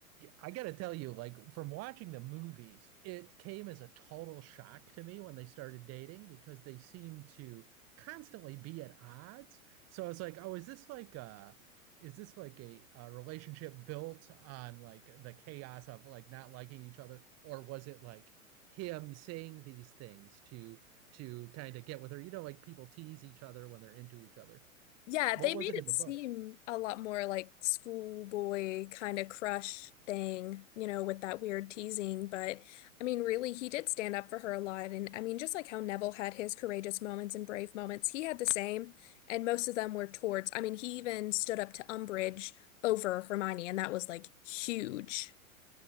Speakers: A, on the right; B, on the left.
A: I gotta tell you, like from watching the movies, it came as a total shock to me when they started dating because they seemed to constantly be at odds. So I was like, oh, is this like a, is this like a, a relationship built on like the chaos of like not liking each other, or was it like him saying these things to to kind of get with her? You know, like people tease each other when they're into each other.
B: Yeah,
A: What
B: they
A: was
B: made
A: it
B: it
A: in the
B: seem
A: books?
B: a lot more like schoolboy kind of crush thing, you know, with that weird teasing. But I mean, really, he did stand up for her a lot. And I mean, just like how Neville had his courageous moments and brave moments, he had the same. And most of them were towards, I mean, he even stood up to Umbridge over Hermione, and that was like huge.